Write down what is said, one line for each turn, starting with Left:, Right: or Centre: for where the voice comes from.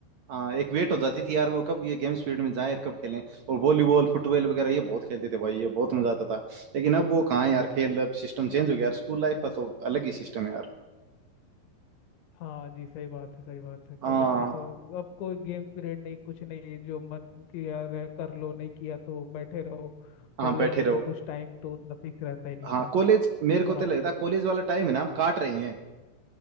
Right: हाँ एक वेट हो जाती थी यार वो कब ये गेम्स पीरियड में जाए और कब खेलें और वॉलीबॉल फुटबॉल वगैरह ये बहुत खेलते थे भाई ये बहुत मजा आता था लेकिन अब वो कहाँ है यार खेल अब सिस्टम चेंज हो गया यार स्कूल लाइफ का तो अलग ही सिस्टम है यार
Left: हाँ जी सही बात है सही बात है
Right: हाँ
Left: कॉलेज का तो अब कोई गेम्स पीरियड नहीं कुछ नहीं जो मन किया रह कर लो नहीं किया तो बैठे रहो कॉलेज
Right: हाँ बैठे
Left: में
Right: रहो
Left: तो कुछ टाइम तो उतना फिक्स रहता ही नहीं
Right: हाँ
Left: था
Right: कॉलेज मेरे को
Left: और
Right: तो लगता है कॉलेज वाला टाइम है ना आप काट रहे हैं